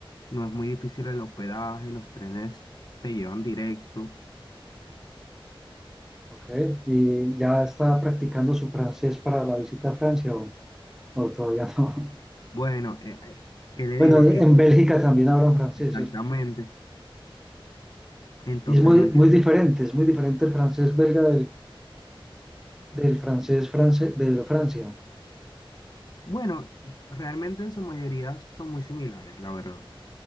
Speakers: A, on the left; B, in the centre.
A: no es muy difícil el hospedaje, los trenes te llevan directo.
B: Ok, ¿y ya está practicando su francés para la visita a Francia o, o todavía no? <laughs>
A: Bueno, eh, eh, ¿qué le
B: Bueno,
A: digo
B: en
A: aquí?
B: en Bélgica también hablan francés,
A: Exactamente.
B: ¿cierto?
A: Entonces
B: Y es muy,
A: no hay que...
B: muy diferente, es muy diferente el francés belga del, del francés france, de Francia.
A: Bueno, realmente en su mayoría son muy similares, la verdad.